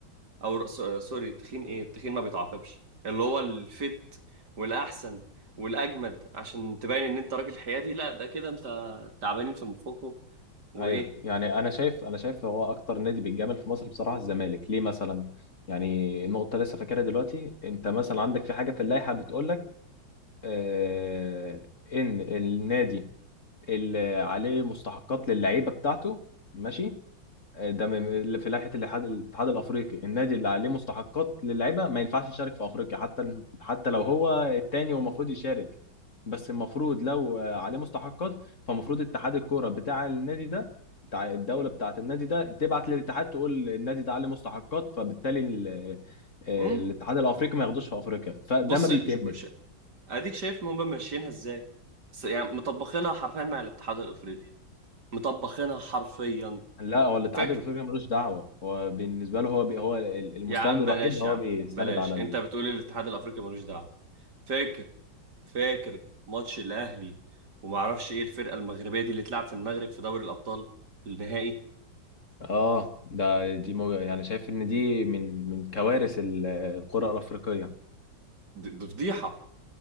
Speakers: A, on the right; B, on the left.
A: او ر- س- سوري التخين ايه التخين ما بيتعاقبش اللي هو الفت والاحسن والاجمد عشان تبين ان انت راجل حيادي لا ده كده انت تعبانين في مفوقه وايه
B: ايوه يعني انا شايف انا شايف هو اكتر نادي بيتجامل في مصر بصراحه الزمالك ليه مثلا يعني النقطه لسه فاكرها دلوقتي انت مثلا عندك في حاجه في اللائحه بتقول لك آه ان النادي اللي عليه مستحقات للعيبه بتاعته ماشي آه، ده من- في لائحه الاتحاد الاتحاد الافريقي النادي اللي عليه مستحقات للعيبه ما ينفعش يشارك في افريقيا حتى حتى لو هو التاني ومفروض يشارك بس المفروض لو عليه مستحقات فمفروض اتحاد الكوره بتاع النادي ده بتاع الدوله بتاعه النادي ده تبعت للاتحاد تقول النادي ده عليه مستحقات فبالتالي ال- آه،
A: امم
B: الاتحاد الافريقي ما ياخدوش في افريقيا فده
A: بص
B: ما بيتمش
A: ش... ش... اديك شايف ما هم ماشيينها ازاي س... يعني مطبخينها حرفيا مع الاتحاد الافريقي مطبخينها حرفيا
B: لا هو الاتحاد
A: فاكر
B: الافريقي ملوش دعوه هو بالنسبه له هو بي هو المستند
A: يا عم
B: الوحيد
A: بلاش يا
B: هو
A: عم
B: بيستند
A: بلاش
B: على
A: انت بتقول الاتحاد الافريقي ملوش دعوه فاكر فاكر ماتش الاهلي وما اعرفش ايه الفرقه المغربيه دي اللي اتلعب في المغرب في دوري الابطال النهائي
B: اه ده دي مو... يعني شايف ان دي من من كوارث ال- القرى الافريقيه
A: دي دي فضيحه